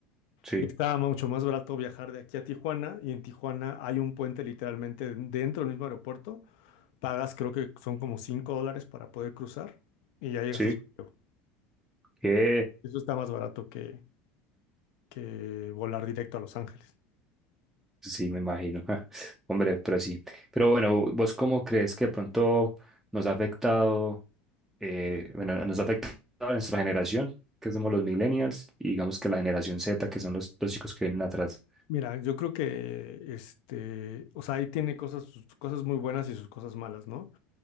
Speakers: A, in the centre; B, on the left.
A: Sí.
B: Y estaba mucho más barato viajar de aquí a Tijuana. Y en Tijuana hay un puente literalmente dentro del mismo aeropuerto. Pagas, creo que son como 5 dólares para poder cruzar. Y ya llegas
A: sí.
B: a San Diego.
A: Que
B: Eso está más barato que, que volar directo a Los Ángeles.
A: sí, me imagino. <laughs> Hombre,
B: Sí.
A: pero sí. Pero bueno, ¿vos cómo crees que de pronto nos ha afectado, eh, bueno, nos ha afectado a nuestra generación, que somos los millennials, y digamos que la generación Z, que son los, los chicos que vienen atrás?
B: Mira, yo creo que este, o sea, ahí tiene cosas, sus cosas muy buenas y sus cosas malas, ¿no?